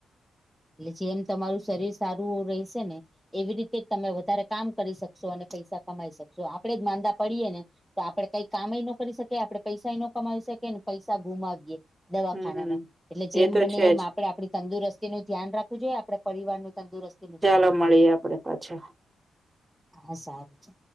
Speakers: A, in the centre; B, on the right.
A: એટલે જેમ તમારું શરીર સારું રહેશે ને. એવી રીતે જ તમે વધારે કામ કરી શકશો અને પૈસા કમાઈ શકશો આપણેે જ માંદા પડીએ ને. તો આપડણે કઈક કામ ન કરી શકી આપડણે પૈસા ન કમાવી શકીએ ને પૈસા ગુમાવીએ દવાખાનામાં
B: હમ્મ.
A: એટલે જેમ
B: એ તો
A: બને
B: છે
A: એમ
B: જ.
A: આપડે આપણી તંદુરસ્તી નુ ન રાખવું જોઈએ આપડણે પરિવાર ન તંદુરસ્તી નું
B: ચાલો
A: ધ્યાન રાખવું
B: મળીએ
A: જોઈએ.
B: આપડે પાછા.
A: હા સારું છે.